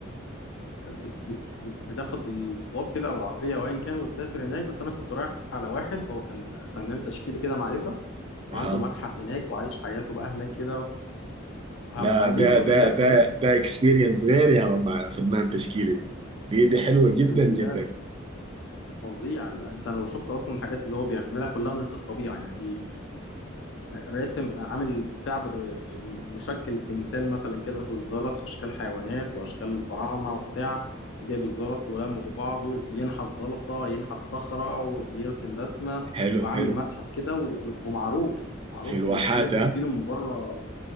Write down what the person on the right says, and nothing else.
أها
لا
ده
ده ده
ده اكسبيرينس غير يا مان مع فنان تشكيلي دي دي دي حلوة جدا
جدا
حلو
حلو
في الواحات